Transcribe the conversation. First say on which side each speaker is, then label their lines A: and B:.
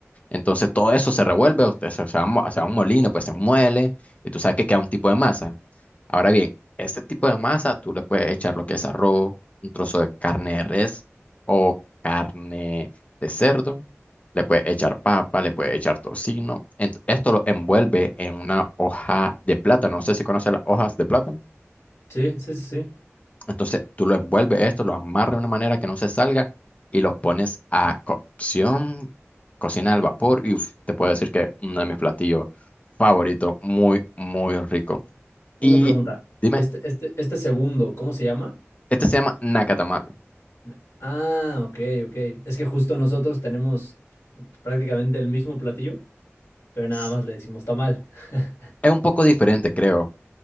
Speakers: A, on the left; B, on the left.
A: Entonces todo eso se revuelve, usted se, se va, a mo- se va a un molino, pues se muele y tú sabes que queda un tipo de masa. Ahora bien, este tipo de masa tú le puedes echar lo que es arroz, un trozo de carne de res o carne de cerdo, le puedes echar papa, le puedes echar tocino. Ent- Esto lo envuelve en una hoja de plátano, no sé si conoces las hojas de plátano.
B: sí, sí, sí.
A: Entonces tú lo envuelves esto, lo amarras de una manera que no se salga y los pones a cocción, cocina al vapor y uf, te puedo decir que uno de mis platillos favoritos, muy, muy rico.
B: Una
A: Y
B: pregunta.
A: dime,
B: Este, este, este segundo, ¿cómo se llama?
A: este se llama nacatamal.
B: Na- Ah, ok, ok. Es que justo nosotros tenemos prácticamente el mismo platillo, pero nada
A: S-
B: más le decimos tamal. <laughs>
A: Es un poco diferente, creo,